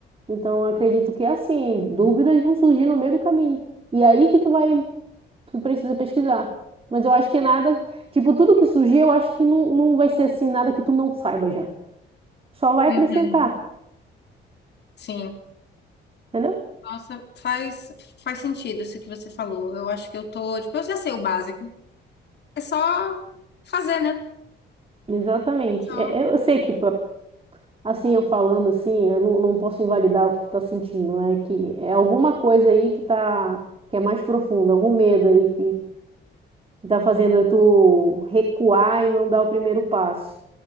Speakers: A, on the right; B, on the left.
A: Então, eu acredito que é assim, dúvidas vão surgir no meio do caminho. E aí que tu vai, tu precisa pesquisar. Mas eu acho que nada, tipo, tudo que surgir, eu acho que não, não vai ser assim, nada que tu não saiba já. Só vai
B: Uhum.
A: acrescentar,
B: Sim.
A: entendeu?
B: Nossa, faz, faz sentido isso que você falou. Eu acho que eu tô, tipo, eu já sei o básico. É só fazer, né?
A: Exatamente.
B: Só.
A: É- é- Eu sei que, pra- assim, eu falando assim, eu não, não posso invalidar o que tu tá sentindo, né? Que é alguma coisa aí que tá, que é mais profunda, algum medo aí que, que tá fazendo tu recuar e não dar o primeiro passo.